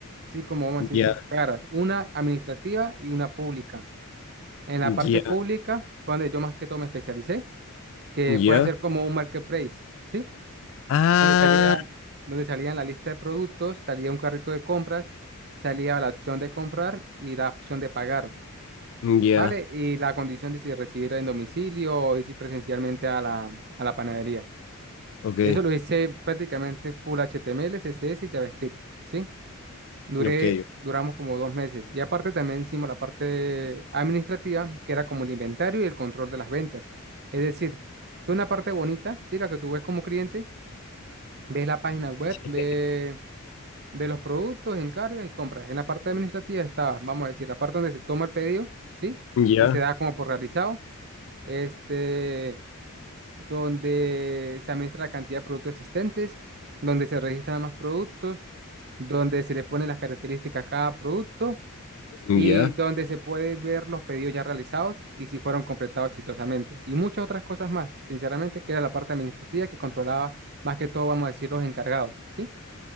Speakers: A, on the right (about 50°); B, on the left (about 65°).
A: sí, como vamos a decir,
B: ya,
A: dos caras, una administrativa y una pública. En la parte
B: ya,
A: pública fue donde yo más que todo me especialicé, que
B: ya.
A: fue hacer como un marketplace, ¿sí?
B: Ah,
A: salía, donde salía en la lista de productos, salía un carrito de compras, salía la opción de comprar y la opción de pagar,
B: ya,
A: ¿vale? Y la condición de si recibir en domicilio o ir presencialmente a la, a la panadería.
B: ok,
A: Eso lo hice prácticamente full HTML, CSS y JavaScript, ¿sí? Duré,
B: ok,
A: duramos como dos meses. Y aparte también hicimos la parte administrativa, que era como el inventario y el control de las ventas. Es decir, tú una parte bonita, ¿sí? La que tú ves como cliente, ves la página web,
B: sí,
A: ves de los productos, encargas y compras. En la parte administrativa estaba, vamos a decir, la parte donde se toma el pedido, ¿sí?
B: ya,
A: Y se da como por realizado, este, donde se administra la cantidad de productos existentes, donde se registran más productos, donde se le ponen las características a cada producto
B: ya,
A: y donde se puede ver los pedidos ya realizados y si fueron completados exitosamente. Y muchas otras cosas más, sinceramente, que era la parte administrativa que controlaba más que todo, vamos a decir, los encargados, ¿sí?